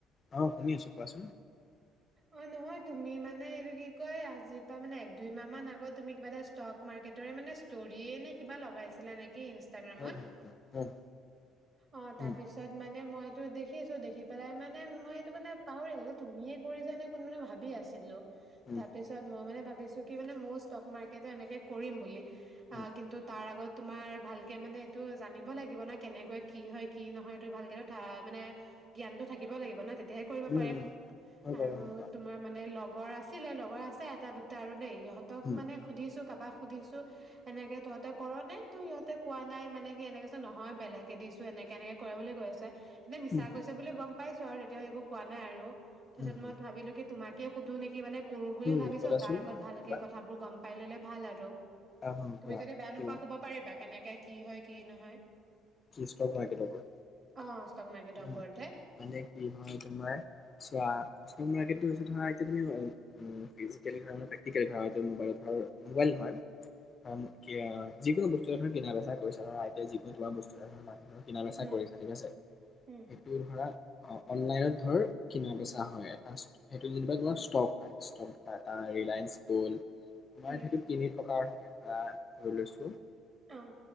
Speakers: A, on the left; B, on the right.
A: অ, শুনি আছো কোৱাচোন
B: অ নহয় তুমি মানে এইটো কি কয় আজি পৰাা মানে এক দুই মাহ মান আগত তুমি কিবা এটা ষ্টক মাৰ্কেটৰে মানে ষ্টৰিয়ে নে কিবা লগাইছিলা নেকি ই ইনষ্টগ্ৰামত,,,,,,,
A: উম উম
B: অঃ তাঁৰ
A: উম
B: পিচত মানে মইতটো দেখিছো দেখি দেখি পেলাই মানে মই এইটো মানে পাহৰি গ'ল যে তুমিয়ে কৰি যোনে কোনো মানে ভাবি আছিলোঁ
A: উম
B: তাৰ পিছত মই মানে ভাৱি, ছো কি মানে মোৰ ষ্টক মাৰ্কেটো এনেকে কৰিম বুলি,
A: উম
B: অঃ কিন্তু তাৰ আগত তোমাৰ ভালকে মানে এটো জানিব লাগিব না কেঁনেকৈ কি হয়, কি নহয় এইটো ভালকে মানে, জ্ঞানটো থাকিব লাগিব ন তেয়া পেঁ কৰিব
A: উম
B: পাৰিম,,
A: উম হয় বাৰু
B: আৰু
A: অ কোৱা।
B: তোমাৰ মানে লগা ৰ আছিলে লগৰ আছে এটা দুটা আৰু,,,, দেই ইহতক
A: উম
B: মানে সুধিছো কাৰোবাক সুধিছো এনেকে তহঁতে কৰ নে তোৰ সহঁতে কোৱা নাই মানে কি এনেকেছে নহয় বেলেকে দিছো এনেকে এনেকে কৰে বুলি কৈ আছে এনে মিছা,
A: উম উম
B: গম পাইছো আৰু তেতিয়া, একো কোৱা নাই আৰু তাৰপিছত
A: উম হুম
B: মই ভাবিলো কি তোমাকে সুধো নেকিানে কৰো বুলি
A: উম
B: ভাবিছো
A: সুধাচোন
B: তাৰ আগত ভালকে
A: কিবা?
B: কথাবোৰ গম পালে পাই ল'লে ভাল আৰু
A: অ হ
B: তুমি
A: কোৱা
B: যদি বেয়া
A: কি
B: নোপোৱা কব পাৰিবা কেনেকে কি হয় কি নহয়
A: কি ষ্টক মাৰ্কেটৰ?
B: অঁ ষ্টক মাৰ্কেটৰ
A: উ
B: ওপৰতহে
A: মানে কি হয় তোমাৰ চোৱা? এইটো বস্তু ধৰা ডিজিটালি ধৰা বা প্ৰেকটিকেলি ধৰা ম'বাইল ধৰা মোবাইল নহয় যিকোনো বস্তু এ ধৰা কিনা বেচা কৰিছা ধৰা যিকোনো বস্তু ধৰা মানুহ ধৰা কিনা বেচা
B: উম
A: কৰিছা ঠিক আছে।
B: উম
A: সেই টো ধৰা অনলাইনত ধৰ কিনা বেচা হয় এটা সেইটো যেনিবা তোমাৰ
B: উম
A: ষ্টক টাটা, ৰিলায়েন্স, গ'ল আমাৰ
B: উম
A: সেইটো তিনি প্ৰকাৰ থাকে প্ৰায় <unintelligible> ধৰি লৈছো
B: অ'